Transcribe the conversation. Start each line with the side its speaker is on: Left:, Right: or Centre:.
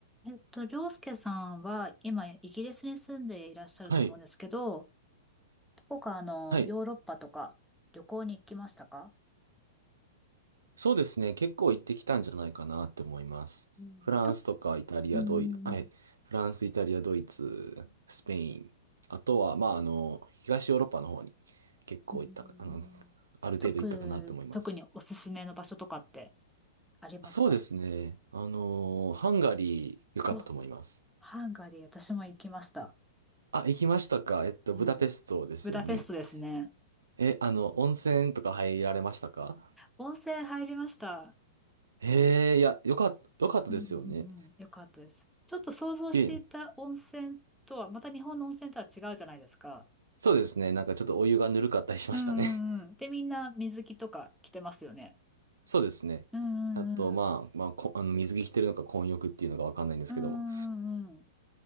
Centre: えっと、りょうすけさんは今イギリスに住んでいらっしゃると思うんですけど、
Right: はい。
Centre: どこかあのヨーロッパとか旅行に行きましたか
Right: はい。そうですね。結構行ってきたんじゃないかなって思います。
Centre: うん、
Right: フランスとかイタリア、
Centre: と、うん、
Right: ドイ、はい。フランス、イタリア、ドイツ、スペイン。あとは、まあ、あの、東ヨーロッパの方に結構行ったか、
Centre: うん。
Right: あの、ある程度行ったかなと思います。
Centre: 特、特におすすめの場所とかってありますか
Right: そうですね。あの、ハンガリー良かったと思います。
Centre: あ、ハンガリー、私も行きました。
Right: あ、行きましたか。えっと、
Centre: うん、
Right: ブダペストですよね。
Centre: ブダペストですね。
Right: え、あの、温泉とか入られましたか
Centre: 温泉入りました。
Right: へえ、いや、よかった、よかったですよね。
Centre: うん、うんうんよかったです。ちょっと想像していた温泉とは、
Right: 綺麗。
Centre: また日本の温泉とは違うじゃないですか。
Right: そうですね。なんかちょっとお湯がぬるかったりしましたね。
Centre: うんうんうん。で、みんな水着とか着てますよね。
Right: <laughs> そうですね。
Centre: うんうんうん。
Right: あと、まあ、まあ、こ、あの、水着着てるのか混浴っていうのがわかんないんですけども。
Centre: うんうんうん。